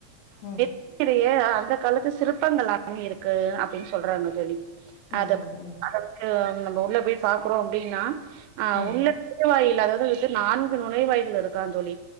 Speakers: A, on the left; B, on the right.
A: ம்
B: மிக பெரிய அந்த காலத்து சிற்பங்கள்லா நெறைய இருக்கு அப்டின் சொல்றாங்க தோழி
A: ம்
B: அத
A: ம்
B: அத வந்து நம்ம உள்ள போயி பாக்குறோ அப்டின்னா ஆ
A: ம்
B: உள்ள நுழைவாயில் அதற்கு நான்கு நுழைவாய்கள் இருக்குகாம் தோழி